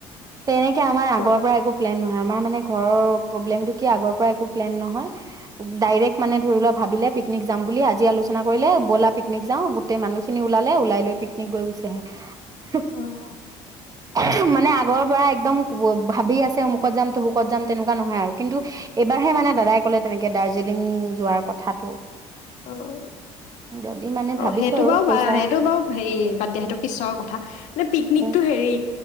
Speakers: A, on the right; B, on the left.
A: তেনেকে আমাৰ
B: ক'ৰবাত
A: আগৰ পৰা একো প্লেন নহয় আমাৰ মানে ঘৰৰ প্ৰব্লেমটো কি আগৰ পৰা একো প্লেন নহয় ডাইৰেক্ট মানে ধৰি লোৱা ভাবিলে পিকনিক যাম বুলি আজি আলোচনা কৰিলে ব'লা পিকনিক যাওঁ গোটেই মানুহখিনি ওলালে ওলাই লৈ পিকনিক গৈ গুচি আহে। হেহ
B: অঁ
A: হে উমহ আগৰৰ পৰা একদম ভাবি আছে আমুকত যাম তামুকত যাম তেনেকুৱা নহয় আৰু কিন্তু এইবাৰহে মানে দাদাই ক'লে তেনেকে দাৰ্জিলিং যোৱাৰ কথাটো।
B: অ'
A: যদি মানে
B: অ'
A: ভাবিছো
B: সেইটো
A: আৰু
B: বাৰু
A: পইচা
B: সেইটো বাৰু হেৰি বাদ দিয়া সেইটো পিছৰ কথা এ পিকনিকটো
A: উম
B: হেৰি